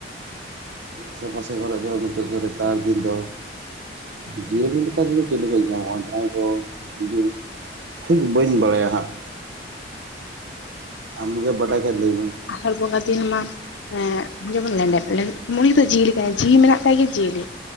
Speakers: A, on the right (about 75°); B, on the left (about 75°).
A: ᱟᱥᱮ ᱯᱟᱥᱮ ᱠᱚᱨᱮ ᱫᱚ ᱱᱤᱛᱚᱜ ᱫᱚ ᱨᱮᱛᱟᱲ ᱫᱤᱱ ᱫᱚ ᱡᱤᱭᱟᱹᱞᱤ ᱞᱮᱠᱟᱛᱮᱫᱚ ᱪᱮᱞᱮ ᱠᱚ ᱧᱮᱧᱟᱢᱚᱜᱼᱟ ᱡᱟᱦᱟᱸᱭ ᱫᱚ ᱵᱤᱧ ᱴᱷᱤᱠ ᱵᱟᱹᱧ ᱵᱟᱲᱟᱭᱟ ᱦᱟᱸᱜ ᱟᱢ ᱜᱮ ᱵᱟᱰᱟᱭ ᱠᱟᱛ ᱞᱟᱹᱭ ᱢᱮ
B: ᱟᱥᱟᱲ ᱵᱚᱸᱜᱟ ᱫᱤᱱ ᱢᱟ ᱮᱸ ᱡᱮᱢᱚᱱ ᱞᱮᱸᱰᱮᱛ ᱢᱩᱭ ᱫᱚ ᱡᱤᱣᱤᱞᱮᱠᱟ ᱡᱤᱣᱤ ᱢᱮᱱᱟᱜ ᱛᱟᱭ ᱜᱮ ᱡᱤᱭᱟᱹᱞᱤ